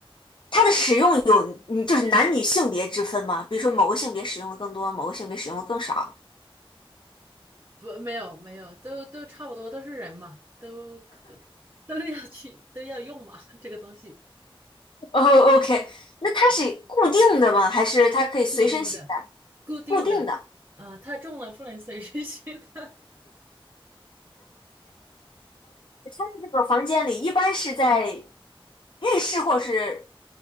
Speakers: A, on the left; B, on the right.
A: 它的使用有嗯就是男女性别之分吗？比如说某个性别使用的更多，某个性别使用的更少。
B: 不，没有没有，都都差不多，都是人嘛，都可都要去都要用嘛，<laughs> 这个东西
A: 哦，OK，那它是固定的吗？
B: 啊，
A: 还是它可以随身携带？
B: 是固定的，固定的，
A: 固定的。
B: 啊，太重了不能随身携带
A: 它的这个房间里一般是在浴室或是